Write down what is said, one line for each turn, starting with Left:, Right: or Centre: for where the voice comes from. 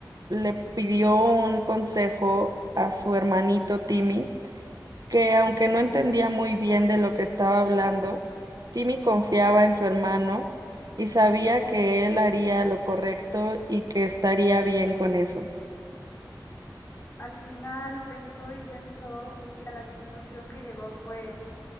Right: le pidió un consejo a su hermanito Timmy, que aunque no entendía muy bien de lo que estaba hablando, Timmy confiaba en su hermano y sabía que él haría lo correcto y que estaría bien con eso.
Left: Al final pensó y pensó y a la conclusión que llegó fue,